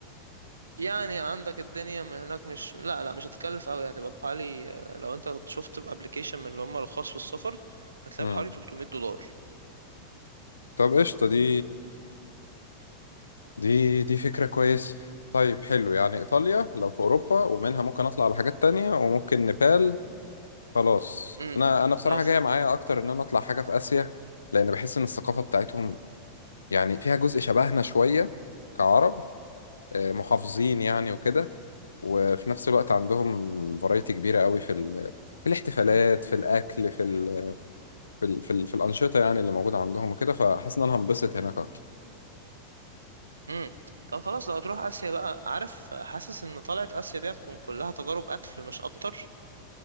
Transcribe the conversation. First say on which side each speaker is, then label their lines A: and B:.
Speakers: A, on the right; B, on the left.
A: يعني عندك الدنيا من هناك مش لا لا مش هتكلف قوي هتبقى بحوالي آه، لو انت شفت بابليكيشن من اللي هم الخاص في السفر هتلاقي
B: امم
A: بحوالي 300 دولار
B: طب قشطه دي دي دي فكره كويسه طيب حلو يعني ايطاليا لو في اوروبا ومنها ممكن اطلع على حاجات تانية وممكن نيبال خلاص
A: امم
B: انا انا بصراحه
A: لو في
B: جايه معايا اكتر ان انا اطلع حاجه في اسيا لان بحس ان الثقافه بتاعتهم يعني فيها جزء شبهنا شوية كعرب آه، محافظين يعني وكده وفي نفس الوقت عندهم فرايتي كبيرة قوي في ال... في الاحتفالات في الأكل في ال... في ال... في, ال... في الأنشطة يعني اللي موجودة عندهم وكده فحاسس إن أنا هنبسط هناك أكتر
A: امم طب خلاص لو هتروح اسيا بقى عارف حاسس ان طلعت اسيا دي هتكون كلها تجارب اكل مش اكتر